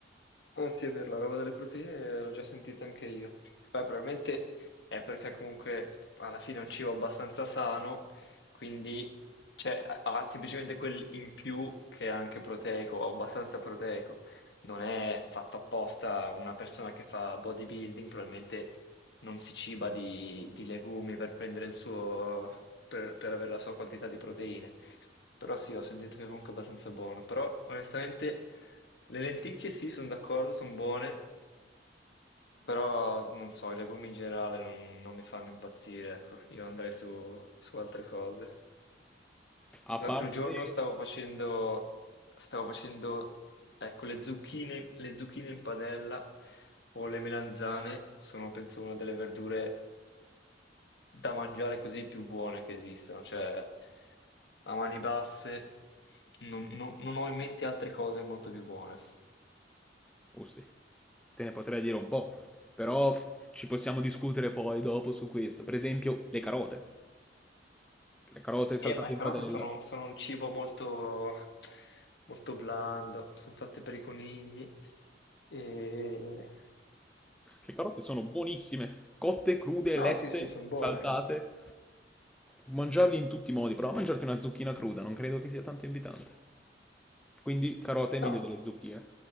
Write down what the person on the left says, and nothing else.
Non sì, è vero, la roba delle proteine l'ho già sentita anche io. Poi probabilmente è perché comunque alla fine è un cibo abbastanza sano, quindi cioè, ha ha semplicemente quel in più che è anche proteico, o abbastanza proteico. Non è fatto apposta una persona che fa bodybuilding, probabilmente non si ciba di, di legumi per prendere il suo, per, per avere la sua quantità di proteine. Però sì, ho sentito che comunque è abbastanza buono. Però onestamente le lenticchie sì, sono d'accordo, sono buone, però non so, i legumi in generale non, non mi fanno impazzire, ecco, io andrei su, su altre cose.
L'altro
giorno stavo facendo, stavo facendo, ecco, le zucchine, le zucchine in padella o le melanzane sono, penso, una delle verdure da mangiare così più buone che esistano, cioè a mani basse non, non- non ho in mente altre cose molto più buone.
Eh, ma le
carote
sono, sono un cibo molto, molto blando, sono fatte per i conigli. E...
No,
sì, sì, sono buone.
No,